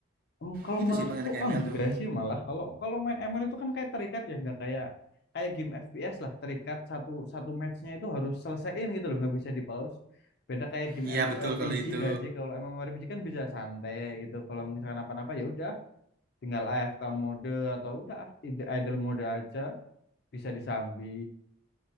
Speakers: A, on the left (about 50°); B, on the right (about 45°).
A: em, kalau
B: Itu
A: menurutku
B: sih Bang enak ML
A: enggak
B: tuh.
A: sih malah kalau kalau main ML itu kan kayak terikat ya nggak kayak kayak game FPS lah terikat satu satu matchnya itu harus selesaiin gitu loh nggak bisa di pause beda kayak game
B: Iya
A: MMORPG
B: betul kalau itu.
A: nggak sih kalau MMORPG kan bisa santai gitu kalau misalkan apa-apa ya udah tinggal AFK mode atau udah ah, id- idle mode aja bisa disambi